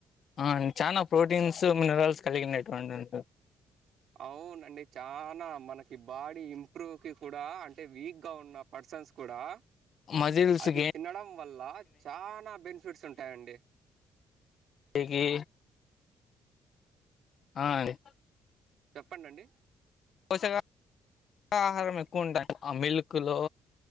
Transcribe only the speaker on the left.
ఆ చానా ప్రోటీన్స్ మినరల్స్ కలిగినటువంటి
మజిల్స్
గెయిన్
ఇకీ ఆ అన్డి
పోసేగా ఆహారం ఎక్కువ ఉంటాయి ఆ మిల్క్ లో